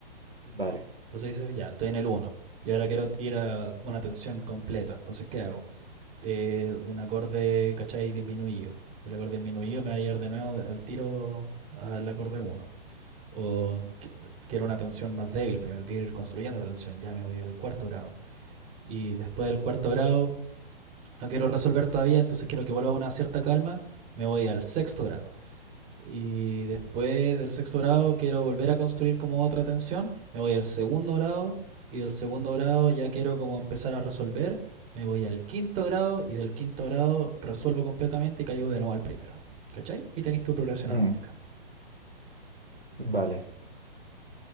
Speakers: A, on the right; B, on the right.
A: Vale,
B: Entonces dices, ya, estoy en el uno y ahora quiero ir a una tensión completa, entonces ¿qué hago? eh, un acorde, ¿cachai? Disminuido. Y el acorde disminuido me va a llevar de nuevo al tiro al acorde uno O que- quiero una tensión más débil primero, quiero ir construyendo la tensión, ya me voy al cuarto grado. Y después del cuarto grado, no quiero resolver todavía, entonces quiero que vuelva a una cierta calma, me voy al sexto grado. Y después del sexto grado quiero volver a construir como otra tensión. Me voy al segundo grado y del segundo grado ya quiero como empezar a resolver. Me voy al quinto grado y del quinto grado resuelvo completamente y caigo de nuevo al primero. ¿Cachai? Y tenéis tu progresión
A: Mm.
B: armónica.
A: vale,